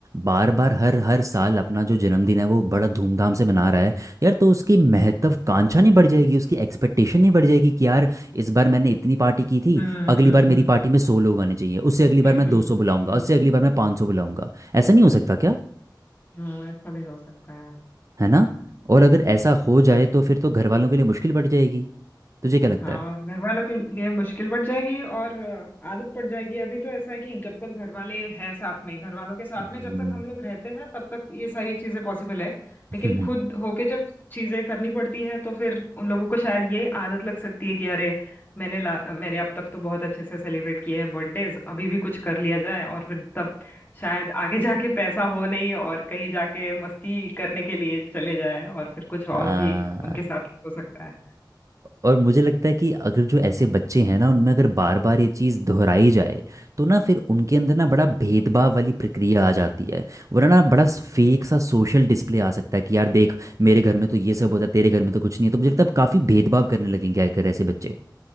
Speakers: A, on the right; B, on the left.
A: बार बार हर हर साल अपना जो जन्मदिन है वो बड़ा धूमधाम से मना रहा है यार तो उसकी महत्वाकांक्षा नहीं बढ़ जाएगी उसकी एक्सपेक्टेशन नहीं बढ़ जाएगी कि यार इस बार मैंने इतनी पार्टी की थी
B: हम्म
A: अगली
B: हम्म
A: बार
B: हम्म
A: मेरी पार्टी में सौ लोग आने चाहिए उससे अगली बार
B: हम्म
A: मैं दो सौ बुलाऊंगा
B: हम्म
A: उससे अगली बार मैं पाँच सौ बुलाऊंगा ऐसा नहीं हो सकता
B: हम्म,
A: क्या
B: हम्म, ऐसा भी हो सकता
A: है ना और अगर
B: है
A: ऐसा हो जाए तो फिर तो घर वालों के लिए मुश्किल बढ़ जाएगी तुझे क्या लगता
B: हाँ
A: है
B: घर वालों के लिए मुश्किल बढ़ जाएगी और अ, आदत पड़ जाएगी अभी तो ऐसा है कि जब तक घर वाले हैं साथ में घर वालों के साथ
A: हम्म
B: में जब तक हम लोग रहते हैं तब तक ये सारी चीजें पॉसिबल है लेकिन
A: हम्म,
B: खुद होके जब चीजें करनी पड़ती है तो फिर उन लोगों को शायद ये आदत लग सकती है कि अरे मैंने ला मैंने अब तक तो बहुत अच्छे से सेलिब्रेट किए हैं बर्थडेज अभी भी कुछ कर लिया जाए और फिर तब शायद आगे जाके पैसा हो नहीं और कहीं जाके मस्ती करने के लिए चले जाए और फिर कुछ और
A: आ,
B: भी उनके साथ हो सकता है
A: और मुझे लगता है कि अगर जो ऐसे बच्चे हैं ना उनमें अगर बार बार ये चीज़ दोहराई जाए तो ना फिर उनके अंदर ना बड़ा भेदभाव वाली प्रक्रिया आ जाती है वरना ना बड़ा फेक सा सोशल डिस्प्ले आ सकता है कि यार देख मेरे घर में तो ये सब होता है तेरे घर में तो कुछ नहीं है तो मुझे लगता है काफ़ी भेदभाव करने लगेंगे अगर ऐसे बच्चे